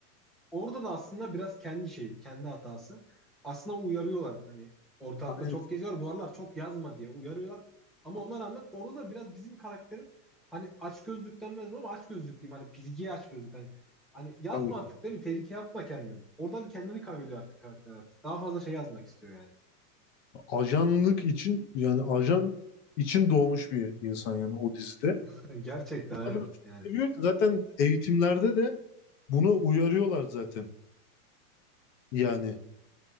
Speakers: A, in the centre; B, on the left.
A: orada da aslında biraz kendi şeyi, kendi hatası. Aslında uyarıyorlar. Hani ortalıkta
B: Aynen.
A: çok geziyor. Bu aralar çok yazma diye uyarıyorlar. Ama ona rağmen orada da biraz bizim karakterin hani aç gözlük denmez mi ama aç gözlük diyeyim. Hani bilgiye aç gözlük. Hani hani yazma
B: Tabii ki.
A: artık değil mi? Tehlikeye atma kendini. Orada bir kendini kaybediyor artık karakter artık. Daha fazla şey yazmak istiyor yani.
B: Ajanlık için yani ajan için doğmuş bir insan yani o dizide.
A: <laughs> Gerçekten
B: O
A: evet.
B: kadar çok
A: Yani
B: seviyor ki zaten eğitimlerde de buna uyarıyorlar zaten. Yani